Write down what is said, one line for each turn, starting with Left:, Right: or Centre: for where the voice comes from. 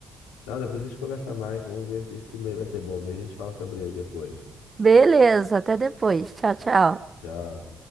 Left: Não, depois a gente conversa mais. Vamos ver se esse e-mail vai ser bom mesmo. A gente fala sobre ele depois.
Right: Beleza, até depois. Tchau, tchau.
Left: Tchau.